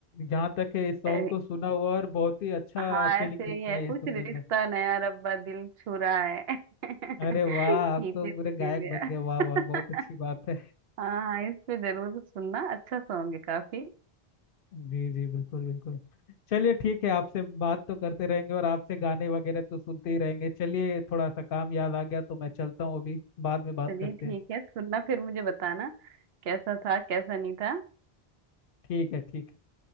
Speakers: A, on the left (about 65°); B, on the right (about 75°).
A: जहाँ तक है इस सॉन्ग
B: अ,
A: को सुना हुआ और बहुत ही अच्छा
B: हाँ
A: फीलिंग
B: ऐसे
A: देता
B: ही है
A: है ये
B: कुछ
A: सुनने
B: रिश्ता
A: में
B: नया रब्बा दिल छू रहा है <laughs> खींचे
A: अरे वाह आप तो
B: तुझे
A: पूरे गायक
B: मेरा
A: बन गए वाह
B: <laughs>
A: वाह बहुत अच्छी बात है
B: हाँ हाँ इस पे जरूर सुनना अच्छा सॉन्ग है काफी
A: जी जी बिल्कुल बिल्कुल चलिए ठीक है आपसे बात तो करते रहेंगे और आपसे गाने वगैरह तो सुनते ही रहेंगे चलिए थोड़ा सा काम याद आ गया तो मैं चलता हूँ अभी बाद में बात
B: चलिए
A: करते
B: ठीक
A: हैं
B: है सुनना फिर मुझे बताना कैसा था कैसा नहीं था
A: ठीक है ठीक है